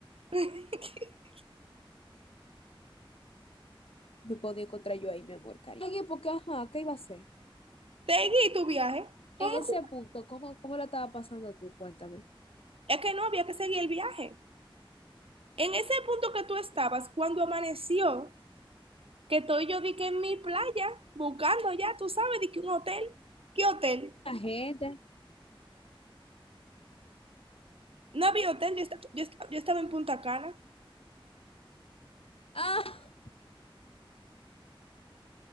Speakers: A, on the right; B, on the left.
A: <laughs>
B: me podía encontrar yo ahí, mi amor, cariño. En época, ajá, ¿qué iba a hacer?
A: Seguí tu viaje. ¿Cómo?
B: En ese
A: que-
B: punto, ¿cómo, cómo la estaba pasando tú? Cuéntame.
A: Es que no había que seguir el viaje. En ese punto que tú estabas, cuando amaneció, que estoy yo di que en mi playa, buscando ya, tú sabes, di que un hotel. ¿Qué hotel?
B: La gente.
A: No había hotel, yo, esta- yo esta- yo estaba en Punta Cana.
B: Ah,